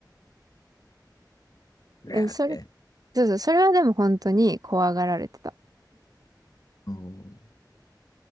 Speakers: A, on the left; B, on the right.
A: ブラーって。
B: うん、それ、そうそう、それはでも本当に怖がられてた。
A: うん。